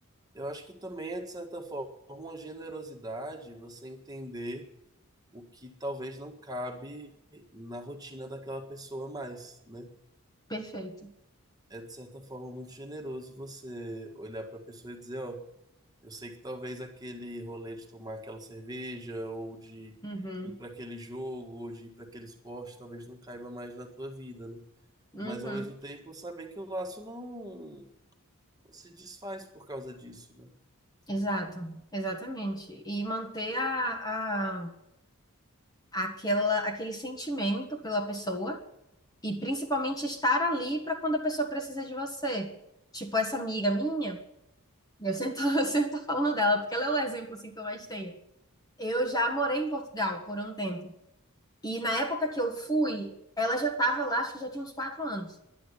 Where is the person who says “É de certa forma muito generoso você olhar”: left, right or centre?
Right